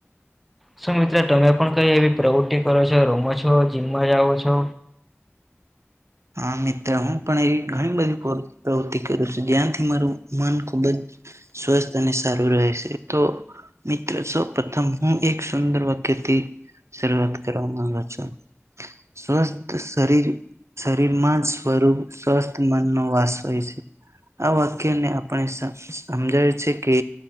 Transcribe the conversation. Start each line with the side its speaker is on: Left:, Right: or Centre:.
Centre: શું મિત્ર તમે પણ કઈ એવી પ્રવૃત્તિ કરો છો રમો છો જીમમાં જાઓ છો
Right: હા મિત્ર હું પણ એવી ઘણી બધી પ્રવૃતિ કરું છું જ્યાંથી મારું મન ખૂબ જ સ્વસ્થ અને સારું રહે છે તો મિત્રો સૌ પ્રથમ હું એક સુંદર વાક્યથી શરૂઆત કરવા માંગુ છું. સ્વસ્થ શરીર શરીરમાં જ ર સ્વસ્થ મન નો વાસય છે. આ વાક્યને આપણે સમજાવે છે કે